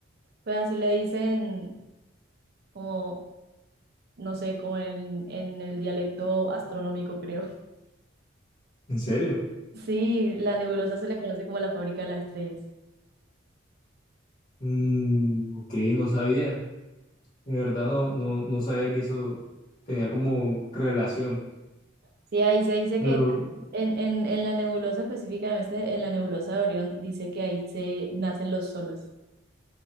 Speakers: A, on the right (about 50°); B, on the left (about 40°).
A: Pues así le dicen como, no sé, como en, en el dialecto astronómico, creo. <laughs>
B: ¿En serio?
A: Sí, la nebulosa se le conoce como la fábrica de las estrellas.
B: Mm, ok, no sabía. De verdad, no, no, no sabía que eso tenía como relación.
A: Sí, ahí se dice
B: Pero
A: que En, en, en la nebulosa específicamente, en la nebulosa de Orión, dice que ahí se nacen los soles.